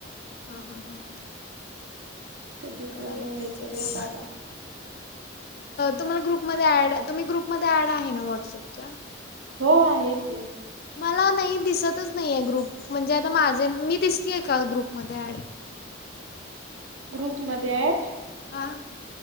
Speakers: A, on the left; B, on the right.
A: हम्म हम्म हम्म
B: कधी
A: करायला
B: पूर्ण व्हायचं
A: पाहिजे
B: रे
A: तर.
B: बाबा
A: तुम्हाला ग्रुपमध्ये ऍड तुम्ही ग्रुपमध्ये ऍड आहे ना व्हॉट्सअपच्या
B: हो एक आहे.
A: मला नाही दिसतच नाही आहे ग्रुप म्हणजे आता माझे मी दिसते एका ग्रुपमध्ये ऍड.
B: ग्रुप मध्ये आहे.
A: हा